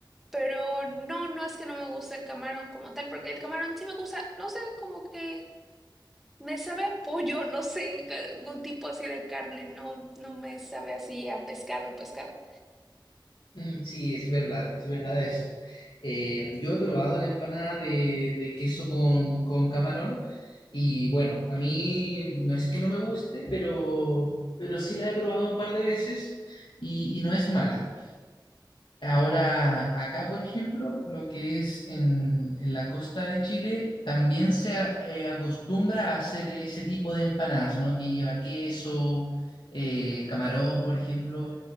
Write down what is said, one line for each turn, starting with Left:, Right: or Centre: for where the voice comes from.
Centre: Pero no, no es que no me guste el camarón como tal, porque el camarón sí me gusta, no sé, como que me sabe a pollo, <laughs> no sé, algún tipo así de carne, no, no me sabe así a pescado, pescado.
Left: Mm, Sí, es verdad, es verdad eso. Eh, yo he probado la empanada de, de queso con, con camarón y bueno, a mí no es que no me guste, pero, pero sí la he probado un par de veces y, y no es mala. Ahora, acá, por ejemplo, lo que es en, en la costa de Chile, también se a- eh, acostumbra a hacer ese tipo de empanadas, ¿no? Que lleva queso, eh, camarón, por ejemplo.